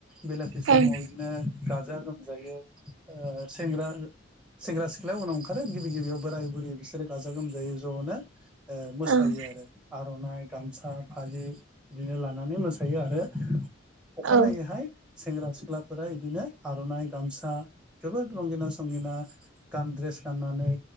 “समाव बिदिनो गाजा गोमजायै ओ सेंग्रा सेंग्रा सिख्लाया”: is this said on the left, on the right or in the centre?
Centre